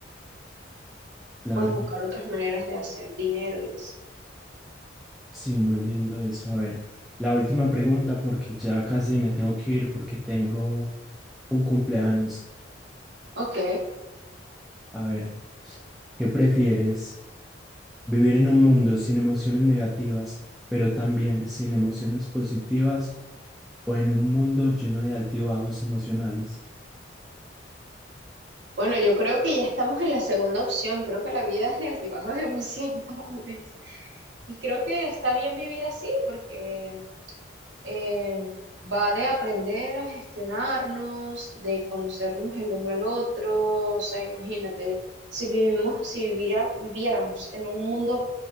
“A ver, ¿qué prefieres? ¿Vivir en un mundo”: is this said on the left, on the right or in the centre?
Centre